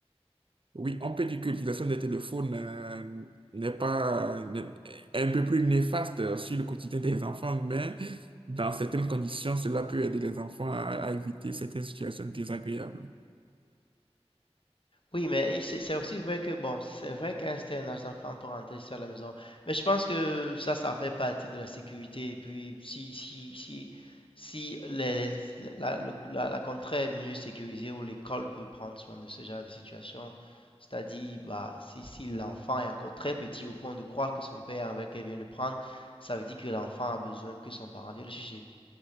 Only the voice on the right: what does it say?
oui, on peut dire que l'utilisation des téléphones euh, n'est pas euh, n'est- est un peu plus néfaste sur le quotidien des enfants, mais dans certaines conditions, cela peut aider les enfants à, à éviter certaines situations désagréables.